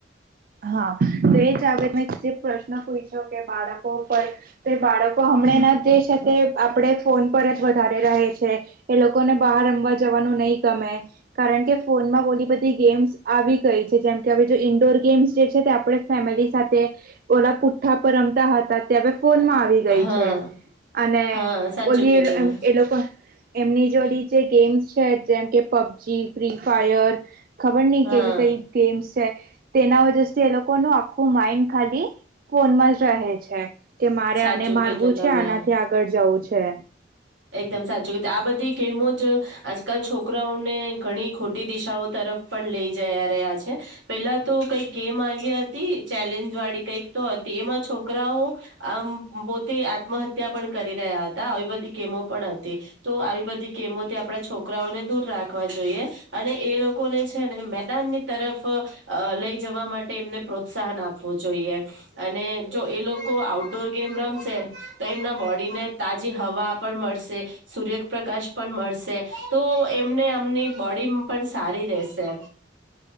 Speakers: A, on the right; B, on the right.
A: હા. તો એ જ આપે મેં જે પ્રશ્ન પુછયું. જો કે બાળકો ઉપર તો બાળકો હમણાં <unintelligible> તે આપણે ફોન પર જ વધારે રહે છે એ લોકોને બહાર રમવા જવાનું નહી ગમે કારણ કે ફોનમાં બોલી બધી ગેમ્સ આવી ગઈ છે જેમ કે હવે જો ઇન્ડોર ગેમ્સ જે છે તે આપણે ફેમિલી સાથે ઓલા પુઠ્ઠા પર રમતા હતા <unintelligible> ફોનમાં આવી ગઈ
B: હા
A: છે અને
B: હા સાચું
A: ઓલી
B: કીધું
A: એ લોકો એમની જોડી જે ગેમ્સ છે જેમ કે પબજી ફ્રી ફાયર ખબર નહી
B: હા
A: કેવી રીતે એ ગેમ્સ તેના તે લોકો ન આખું માઈન્ડ ખાલી ફોનમાં જ રહે છે કે મારે
B: સાચું
A: આને મારવું
B: કીધું તમે
A: છે આનાથી આગળ જવું છે <unintelligible>
B: એકદમ સાચું આ બધી ગેમો જ આજકાલ છોકરાઓને ઘણી ખોટી દિશાઓ તરફ પણ લઈ જયા રહ્યા છે પેલા તો કઈક ગેમ આવ ચેલેન્જ વાળી કઈક તો હતી એમાં છોકરાઓ આમ પોતે આત્મહત્યા પણ કરી રહ્યા હતા આવી બધી ગેમો પણ હતી તો આવી બધી કેમોતે આપણા છોકરાઓને દૂર રાખવા જોઈએ અને એ લોકો કોને છે ને મેદાન ની તરફ લઈ જવા માટે એમને પ્રોત્સાહન આપે આપો જોઈએ અને જો એ લોકો આઉટડોર ગેમ રમશે તો એમના બોડીને તાજી હવા મળશે સૂર્યપ્રકાશ પણ મળશે તો એમને એમની બોડી પણ સારી રહેશે